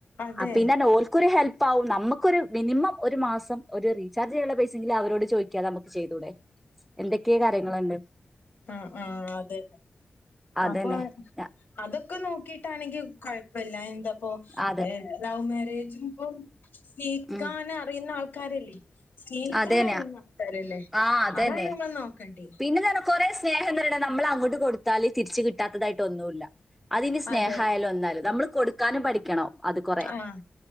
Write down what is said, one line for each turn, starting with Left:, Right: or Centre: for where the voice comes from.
Left: അതെ
Centre: പിന്നെ ഓർ ഒരു ഹെൽപാവും നമുക്കൊരു മിനിമം ഒരു മാസം ഒരു ചാർജ് ചെയ്യാനുള്ള പൈസങ്കിലും അവരോട് ചോദിക്കാതെ നമക്ക് ചെയ്തൂടെ എന്തൊക്കെ കാര്യങ്ങള്ണ്ട്
Left: ആഹ് ആഹ് അതെ
Centre: അതന്നെ
Left: അപ്പൊ
Centre: ഞാ-
Left: അതൊക്കെ നോക്കീട്ടാണെങ്കി കൊഴപ്പല്ല എന്താപ്പോ
Centre: അതെ
Left: ഏഹ് ലവ് മാരേജും ഇപ്പം സ്നേഹിക്കാനറീന്ന
Centre: ഉം
Left: ആൾക്കാരല്ലേ സ്നേഹിക്കാൻ
Centre: അതന്നെ
Left: അറീന്ന ആൾക്കാരല്ലേ
Centre: ആ അതന്നെ
Left: അതാണ് നമ്മൾ നോക്കണ്ടെ
Centre: പിന്നെ തന്നെ കൊറേ സ്നേഹം തരണം നമ്മൾ അങ്ങോട്ട് കൊടുത്താല് തിരിച്ച് കിട്ടാത്തതായിട്ട് ഒന്നുല്ല അതിനി സ്നേഹായാലും
Left: അതെ
Centre: എന്തായാലും നമ്മൾ കൊടുക്കാനും പഠിക്കണം അത് കൊറേ
Left: ആഹ്